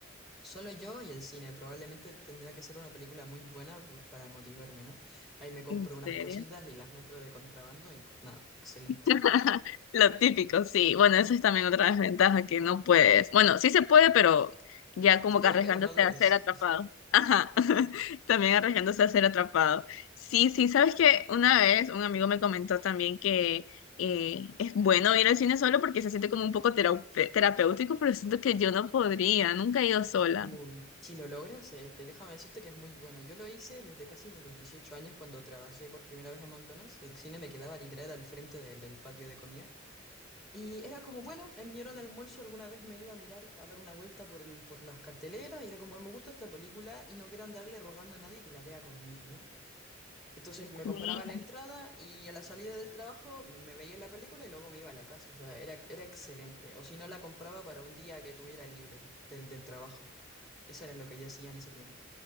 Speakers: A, in the centre; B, on the left.
A: solo yo y el cine, probablemente tendría que ser una película muy buena por- para motivarme, ¿no? Ahí me compro
B: ¿En
A: unas
B: serio?
A: cositas y las meto de contrabando y pues nada, excelente.
B: <laughs> Lo típico, sí. Bueno, eso es también otra desventaja que no puedes. Bueno, sí se puede, pero ya como
A: Se puede,
B: que arriesgándose
A: pero no debes.
B: a ser atrapado. Ajá. <laughs> También arriesgándose a ser atrapado. Sí, sí, sabes que una vez un amigo me comentó también que eh, es bueno ir al cine solo porque se siente como un poco teraupe- terapéutico, pero siento que yo no podría, nunca he ido sola.
A: Mm, Si lo logras, eh, te déjame decirte que es muy bueno. Yo lo hice desde casi de los 18 años cuando trabajé por primera vez en McDonald's. El cine me quedaba literal al frente del del patio de comida. Y era como, bueno, en mi hora de almuerzo alguna vez me iba a mirar, a dar una vuelta por el, por las carteleras y era como, me gusta esta película y no quiero andarle rogando a nadie que la vea conmigo, ¿no? Entonces me
B: Sí,
A: compraba la entrada y a la salida del trabajo me veía la película y luego me iba a la casa, o sea, era, era excelente. O si no, la compraba para un día que tuviera libre del, del trabajo. Eso era lo que yo hacía en ese tiempo.